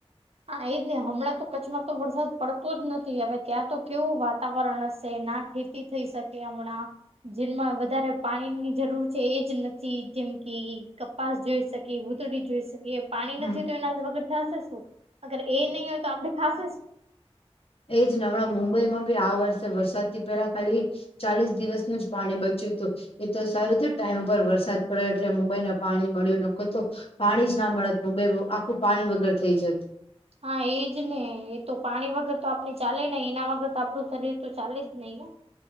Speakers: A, on the right; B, on the left.
A: હા એ જ નહી હમણાં તો કચ્છમાં તો વરસાદ પડતો જ નથી હવે ત્યાં તો કેવું વાતાવરણ હશે ના ખેતી થઈ શકે હમણાં જેમાં વધારે પાણીની જરૂર છે એજ નથી જેમ કે કપાસ જોઈ શકીએ ભૂતડી જોઈ શકીએ પાણી
B: હમ
A: નથી તો એના વગર થશે શું. અગર એ નહી હોય તો આપડે ખાસ
B: એજ ને હમણાં મુંબઈ માં ભી આ વર્ષે વરસાદ થી પહેલા ખાલી ચાલીસ દિવસનું જ પાણી બચ્યું હતું. એ તો સારું થયું ટાઈમ ઉપર વરસાદ પડ્યો એટલે મુંબઈ પાણી મળ્યું નખો તો. પાણી જ ના મળત મુંબઈ આખું પાણી વગર થઈ જત
A: હા એજ ને એ તો પાણી વગર તો આપણે ચાલે નહ એના વગર તો આપડું શરીર તો ચાલે જ નહી ને.